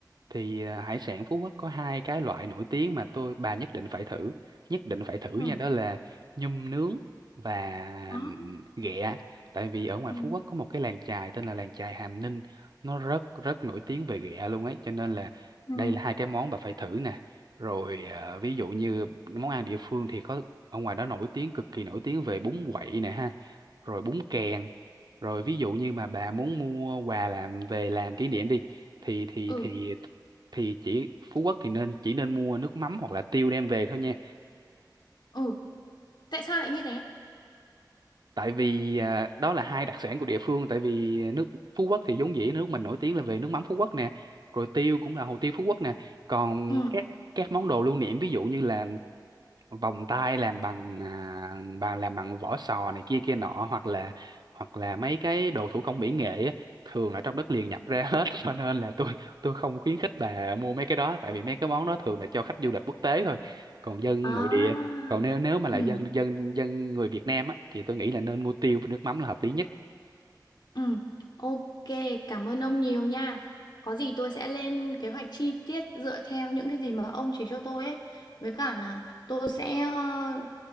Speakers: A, on the right; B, on the left.
A: thì à, hải sản Phú Quốc có hai cái loại nổi tiếng mà tôi bà nhất định phải thử nhất định phải thử
B: Ừ.
A: nha đó là nhum nướng và
B: Đó.
A: ừm, ghẹ tại vì ở ngoài
B: Ừ.
A: Phú Quốc có một cái làng chài tên là làng chài Hàm Ninh nó rất rất nổi tiếng về ghẹ luôn ấy cho nên là
B: Ừ.
A: đây là hai cái món bà phải thử nè rồi à, ví dụ như món ăn địa phương thì có ở ngoài đó nổi tiếng cực kỳ nổi tiếng về bún quậy nè ha rồi bún kèn rồi ví dụ như mà bà muốn mua quà làm về làm kỷ niệm đi thì thì
B: Ừ.
A: thì thì chỉ Phú Quốc thì nên chỉ nên mua nước mắm hoặc là tiêu đem về thôi nha
B: Ừ. Tại sao lại như thế?
A: tại vì à, đó là hai đặc sản của địa phương tại vì nước Phú Quốc thì vốn dĩ nước mình nổi tiếng là về nước mắm Phú Quốc nè rồi tiêu cũng là hồ tiêu Phú Quốc nè còn
B: Ừ.
A: các các món đồ lưu niệm ví dụ như là vòng tay làm bằng à, bằng làm bằng vỏ sò này kia kia nọ hoặc là hoặc là mấy cái đồ thủ công mỹ nghệ á, thường là trong đất liền nhập ra hết <laughs> cho nên là tôi tôi không khuyến khích bà mua mấy cái đó tại vì mấy cái món đó thường là cho khách du lịch quốc tế thôi còn dân
B: À.
A: nội địa còn nếu nếu mà là
B: Ừ.
A: dân dân dân người Việt Nam á thì tôi nghĩ là nên mua tiêu với nước mắm là hợp lý nhất
B: Ừ, ok, cảm ơn ông nhiều nha. Có gì tôi sẽ lên kế hoạch chi tiết dựa theo những cái gì mà ông chỉ cho tôi ấy. Với cả là tôi sẽ... ờ,